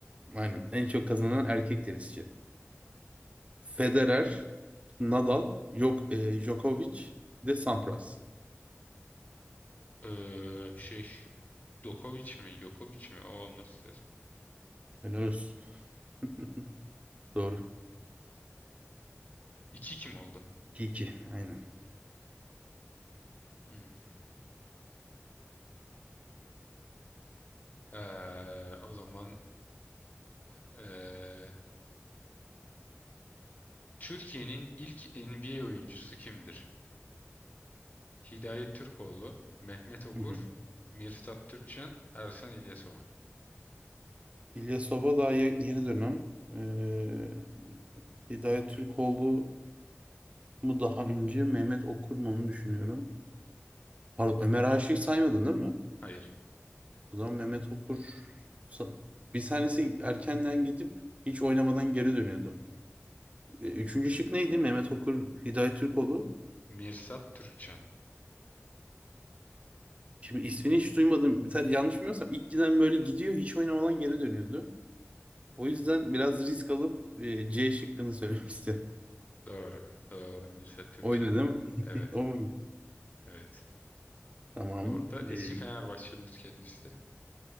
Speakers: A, on the right; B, on the left.
A: Aynen. En çok kazanan erkek tenisçi. Federer, Nadal, yok e, Djokovic, bir de Sampras.
B: Ee, şey. Djokovic mi? Djokovic mi? O olması lazım.
A: Helal olsun. <laughs> Doğru.
B: 2 kim oldu?
A: 2-2. Aynen.
B: Hmm. Ee, o zaman ee, Türkiye'nin ilk NBA oyuncusu kimdir? Hidayet Türkoğlu, Mehmet Okur,
A: Hı hı.
B: Mirsat Türkçen, Ersan İlyasova.
A: İlyas Sova daha ye- yeni dönem. Ee, Hidayet Türkoğlu mu daha önce Mehmet Okur mu onu düşünüyorum. Pardon Ömer Aşık'ı saymadın değil mi?
B: Hayır.
A: O zaman Mehmet Okur sa- bir tanesi erkenden gidip hiç oynamadan geri dönüyordu. Ee, Üçüncü şık neydi? Mehmet Okur, Hidayet Türkoğlu.
B: Mirsat Türkçen.
A: Şimdi ismini hiç duymadım. Bir tane, yanlış bilmiyorsam ilk giden böyle gidiyor hiç oynamadan geri dönüyordu. O yüzden biraz risk alıp e, C şıkkını söylemek <laughs> istedim.
B: Doğru. Doğru. Mirsat Türkçen'di.
A: Oydu değil mi?
B: Evet.
A: <laughs> O
B: Evet.
A: Tamam.
B: Bu arada
A: Ee,
B: eski Fenerbahçelidir kendisi.